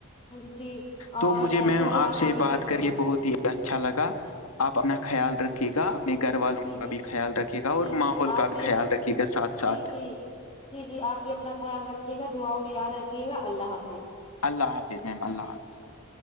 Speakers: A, on the left; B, on the left.
A: <unintelligible> جی اور
B: تو مجھے
A: ایسے
B: میم
A: ہی آپ
B: سے
A: آگے
B: بات
A: کرتے
B: کر
A: رہے
B: کے بہت ہی اچھا لگا آپ اپنا خیال رکھیے گا اپنے گھر والوں
A: جی جی
B: کا بھی خیال رکھھیے گا اور
A: جی
B: ماحول
A: جی آپ
B: کا بھی خیال رکھیے گا ساتھ ساتھ
A: جی جی جی جی آپ بھی اپنا خیال رکھیے گا دعاؤں میں یاد رکھیے گا اللہ حافظ
B: اللہ حافظ مم اللہ حافظ اللہ